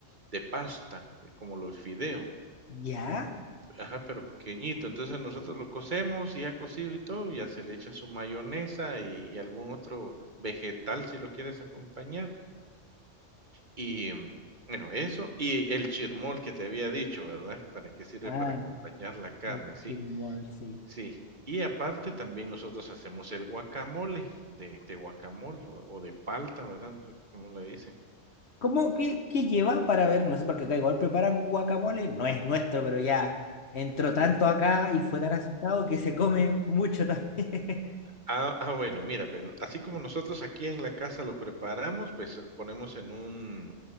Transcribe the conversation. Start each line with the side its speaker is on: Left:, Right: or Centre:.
Right: de pasta, de como los fideos.
Left: Ya.
Right: Ajá, pero pequeñito. Entonces, nosotros lo cocemos, y ya cocido y todo, ya se le echa su mayonesa y y algún otro vegetal si lo quieres acompañar. Y mm, bueno, eso y el chirmol que te había dicho, ¿verdad? ¿Para qué sirve?
Left: Ah,
Right: Para acompañar la carne,
Left: el
Right: sí,
Left: chirmol, sí.
Right: sí. Y aparte también nosotros hacemos el guacamole de, de guacamole o, o de palta, ¿verdad? No sé cómo le dicen.
Left: ¿Cómo, qué, qué lleva para ver? No sé por qué acá igual preparan guacamole. No es nuestro, pero ya entró tanto acá y fue tan asustado que se come mucho también.
Right: Ah, ah, bueno, mira, pues así como nosotros aquí en la casa lo preparamos, pues lo ponemos en un,